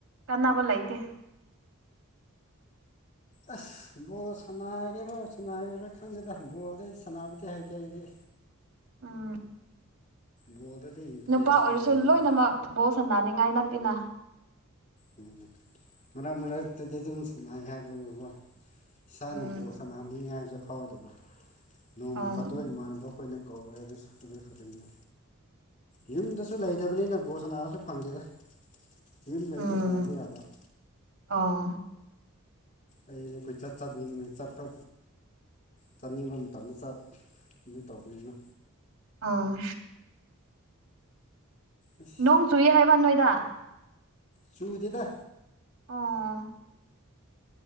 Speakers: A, on the right; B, on the left.
A: ꯀꯥꯟꯅꯕ ꯂꯩꯇꯦ
B: ꯑꯁ ꯕꯣꯜ ꯁꯥꯟꯅꯒꯦꯔꯥ ꯁꯥꯟꯅꯒꯦꯔꯥ ꯈꯪꯗꯦꯗ ꯕꯣꯜꯗꯤ ꯑꯩ ꯁꯥꯟꯅꯕꯗꯤ ꯍꯩꯇꯦ ꯑꯩꯗꯤ
A: ꯎꯝ
B: ꯕꯣꯜꯗꯗꯤ ꯏꯟꯇꯔꯦꯁ
A: ꯅꯨꯄꯥ ꯑꯣꯏꯔꯁꯨ
B: ꯂꯩꯗꯦꯗ
A: ꯂꯣꯏꯅꯃꯛ ꯕꯣꯜ ꯁꯥꯟꯅꯅꯤꯡꯉꯥꯏ ꯅꯠꯇꯦꯅ
B: ꯎꯝ ꯃꯔꯛ ꯃꯔꯛꯇꯗꯤ ꯑꯗꯨꯝ ꯁꯅꯥꯏ ꯍꯥꯏꯕꯕꯨꯀꯣ ꯏꯁꯥꯅ
A: ꯎꯝ
B: ꯕꯣꯜ ꯁꯥꯟꯅꯅꯤꯡꯉꯤ ꯍꯥꯏꯕꯁꯦ ꯐꯥꯎꯗꯦꯕ ꯅꯣꯡꯃ
A: ꯎꯝ
B: ꯐꯥꯠꯇꯣꯛ ꯏꯃꯥꯟꯅꯕ ꯈꯣꯏꯅ ꯀꯧꯔꯦ ꯑꯗꯨꯁꯨ ꯑꯗꯨ <unintelligible> ꯌꯨꯝꯗꯁꯨ ꯂꯩꯇꯕꯅꯤꯅ ꯕꯣꯜ ꯁꯥꯟꯅꯕꯁꯨ ꯐꯪꯗꯦꯗ ꯌꯨꯝ ꯂꯩꯗꯤ
A: ꯎꯝ
B: ꯁꯥꯟꯅꯕ ꯌꯥꯕ
A: ꯑꯣ
B: ꯑꯩ <unintelligible> ꯆꯠꯄ ꯆꯠꯅꯤꯡꯕ ꯃꯇꯝꯗ ꯆꯠ ꯑꯗꯨ ꯇꯧꯕꯅꯤꯅ
A: ꯑꯥ
B: ꯑꯁ
A: ꯅꯣꯡ ꯆꯨꯏ ꯍꯥꯏꯕ ꯅꯣꯏꯗ
B: ꯆꯨꯗꯦꯗ
A: ꯑꯣ